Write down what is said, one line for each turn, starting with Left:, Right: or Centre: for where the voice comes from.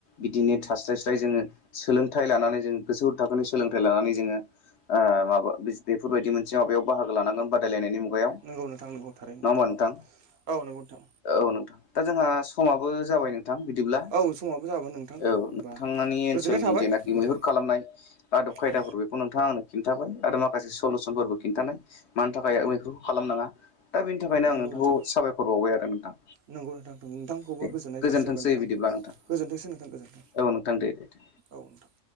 Left: बिदिनो थास्राय स्राय जोङो सोलोंथाइ लानानै गोजौ थाखोनि सोलोंथाइ लानानै जोङो ओ माबा बेफोरबायदि मोन सिङाव बेयाव बाहागो लानांगोन बादायलायनायनि मुगायाव नङा
Right: नंगौ नोंथां नंगौ थारैनो
Left: होमबा नोंथां?
Right: औ नंगौ नोंथां
Left: औ नोंथां दा जोंहा समाबो जाबाय नोंथां बिदिब्ला
Right: औ समाबो जाबाय नोंथां
Left: औ
Right: होमबा
Left: नोंथांनि
Right: गोजोननाय
Left: ओनसोलनि
Right: थाबाय
Left: जेनाखि
Right: नोंथां
Left: मैहुर खालामनाय आदब खायदाफोरबो
Right: औ
Left: आंनो खिन्थाबाय आरो माखासे सलुसनफोरबो खिन्थानाय मानि थाखाय आं बेफोरखौ खालामनाङा दा बेनि थाखायनो
Right: नंगौ
Left: आं नोंथांखौ
Right: नोंथां
Left: साबायखर बावबाय आरो नोंथां
Right: नंगौ नोंथां नोंथांखौबो
Left: दे
Right: गोजोननाय
Left: गोजोनथोंसै
Right: जासिहरबाय
Left: बिदिबा। नोंथां
Right: गोजोन्थोंसै नोंथां गोजोन्थों
Left: औ नोंथां दे दे दे।
Right: औ नोंथां।